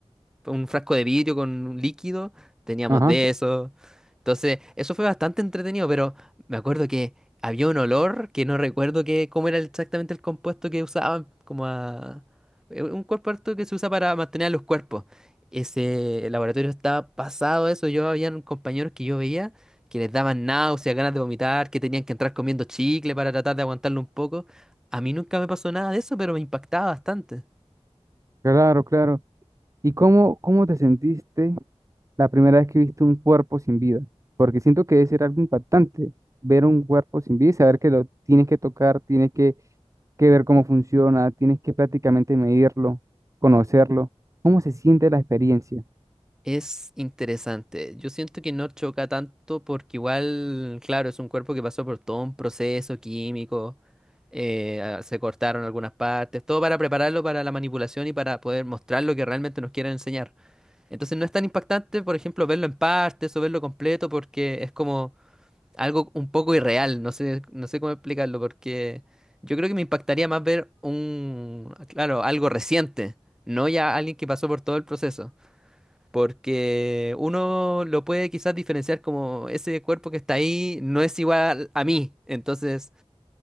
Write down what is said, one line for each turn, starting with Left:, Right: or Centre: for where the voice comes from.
Centre: un frasco de vidrio con un líquido, teníamos
Right: Ajá.
Centre: de eso. Entonces, eso fue bastante entretenido, pero me acuerdo que había un olor que no recuerdo que, cómo era exactamente el compuesto que usaban, como a... eh, Un compuesto que se usa para mantener a los cuerpos. Ese laboratorio estaba pasado eso. Yo había compañeros que yo veía que les daban náuseas, ganas de vomitar, que tenían que entrar comiendo chicle para tratar de aguantarlo un poco. A mí nunca me pasó nada de eso, pero me impactaba bastante.
Right: Claro, claro. ¿Y cómo, cómo te sentiste la primera vez que viste un cuerpo sin vida? Porque siento que debe ser algo impactante ver un cuerpo sin vida y saber que lo tienes que tocar, tienes que, que ver cómo funciona, tienes que prácticamente medirlo, conocerlo. ¿Cómo se siente la experiencia?
Centre: Es interesante. Yo siento que no choca tanto porque igual, claro, es un cuerpo que pasó por todo un proceso químico, eh, ah, se cortaron algunas partes, todo para prepararlo para la manipulación y para poder mostrar lo que realmente nos quieren enseñar. Entonces no es tan impactante, por ejemplo, verlo en partes o verlo completo porque es como algo un poco irreal. No sé, no sé cómo explicarlo porque yo creo que me impactaría más ver un, claro, algo reciente, no ya alguien que pasó por todo el proceso. Porque uno lo puede quizás diferenciar como ese cuerpo que está ahí no es igual a mí. Entonces,